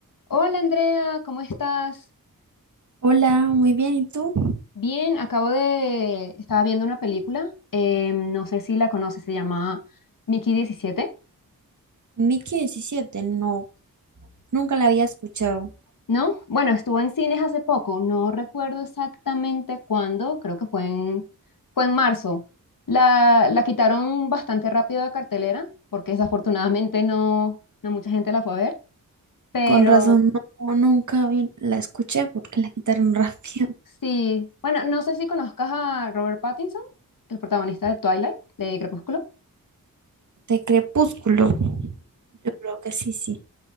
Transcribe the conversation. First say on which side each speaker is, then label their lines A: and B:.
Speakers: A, on the left; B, on the right.
A: Hola Andrea, ¿cómo estás?
B: Hola, muy bien. ¿Y tú?
A: Bien, acabo de... Estaba viendo una película, eh, no sé si la conoces, se llama Mickey 17,
B: Mickey 17. no, nunca la había escuchado.
A: ¿no? Bueno, estuvo en cines hace poco, no recuerdo exactamente cuándo, creo que fue en, fue en marzo. La, la quitaron bastante rápido de cartelera, porque desafortunadamente no, no mucha gente la fue a ver, pero
B: Con razón, no, nunca vi- la escuché porque la quitaron <laughs> rápido.
A: sí, bueno, no sé si conozcas a Robert Pattinson, el protagonista de Twilight, de Crepúsculo.
B: De Crepúsculo, yo creo que sí, sí.